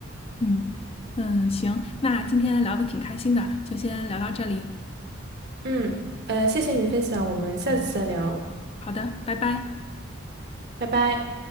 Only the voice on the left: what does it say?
嗯嗯，行，那今天聊的挺开心的，就先聊到这里，
好的，拜拜。